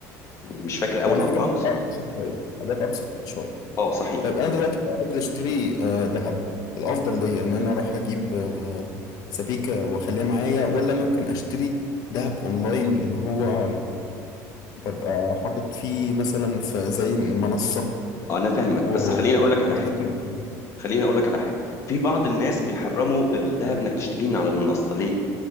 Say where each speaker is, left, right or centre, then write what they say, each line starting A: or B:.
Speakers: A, on the left; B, on the left.
A: مش فاكر
B: يعني
A: اول ارقام
B: حاجات
A: بس
B: ابسط شويه حاجات ابسط شويه
A: اه صحيح
B: طيب انا
A: و-
B: دلوقتي لو عايز اشتري آه، ذهب الافضل ليا ان انا اروح اجيب آه، سبيكه واخليها معايا ولا ممكن اشتري ذهب اونلاين اللي هو ببقى حاطط فيه مثلا في زي منصه
A: انا فاهمك
B: و
A: بس خليني اقول لك على
B: بستثمر
A: حاجه
B: فيه.
A: خليني اقول لك على حاجه في بعض الناس بيحرموا الذهب انك تشتريه من على المنصه ليه